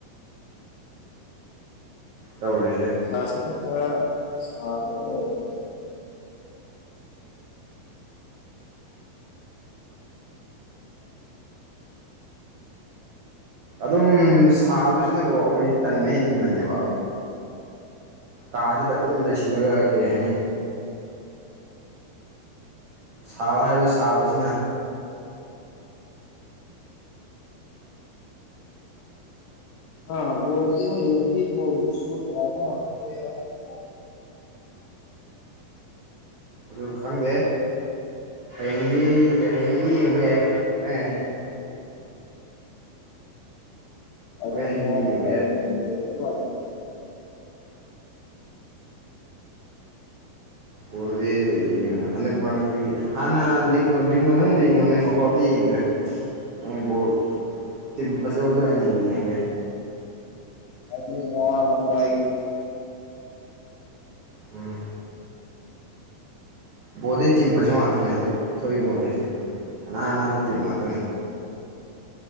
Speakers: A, on the right; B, on the left.
A: ꯇꯧꯔꯤꯁꯦ
B: ꯊꯥꯁꯤꯅ ꯈꯔ ꯁꯥꯕ ꯑꯣꯏꯔꯗꯤ
A: ꯑꯗꯨꯝ ꯁꯥꯕꯁꯤꯅꯀꯣ ꯑꯈꯣꯏꯒꯤ ꯇꯟꯕ ꯍꯦꯟꯖꯤꯟꯕꯅꯦꯕ ꯀꯥꯖꯤꯗ ꯑꯗꯨꯝ ꯂꯩꯁꯤꯜꯂꯒ ꯀꯩ ꯍꯥꯏꯅꯤ ꯁꯥꯕ ꯍꯥꯏꯕ ꯁꯥꯕꯁꯤꯅ
B: ꯑ ꯅꫭꯡ ꯆꯤꯡꯒꯤ ꯑꫭꯏꯅꯗꯤ <unintelligible>
A: ꯑꯗꯨ ꯈꯪꯗꯦ ꯍꯌꯦꯡꯗꯤ ꯍꯌꯦꯡꯗꯤ ꯌꯦꯡꯕ ꯌꯥꯏ ꯍꫭꯔꯦꯟ ꯑꯍꯤꯡ ꯍꯣꯔꯦꯟ
B: <unintelligible>
A: ꯑꯍꯤꯡꯗꯤ ꯌꯦꯡꯕ ꯌꯥꯏ ꯕꯣꯜꯗꯤ <unintelligible> ꯍꯟꯗꯛ ꯃꯔꯛꯇꯤ ꯍꯥꯟꯅ ꯂꯤꯛ ꯂꯤꯛ ꯃꯅꯨꯡꯗ ꯌꯦꯡꯉꯝꯃꯤ ꯅꯣꯛꯑꯥꯎꯠꯇꯤ ꯌꯦꯡꯗ꯭ꯔꯦ ꯍꯌꯦꯡ ꯕꯣꯜ ꯇꯤꯝ ꯐꯖꯕꯗꯣ ꯑꫭꯏꯅ ꯌꯦꯡꯉꯒꯦ
B: ꯑꯗꯨꯅ <unintelligible>
A: ꯎꯝ ꯕꯣꯜꯗꯤ ꯇꯤꯝ ꯐꯖꯕ ꯉꯥꯛꯇꯅꯤ ꯍꯟꯗꯛ ꯊꯣꯛꯏꯕ ꯃꯈꯩꯁꯤ ꯑꯅꯥꯟ ꯑꯅꯥꯟꯕ ꯇꯤꯝ ꯉꯥꯛꯇꯅꯤ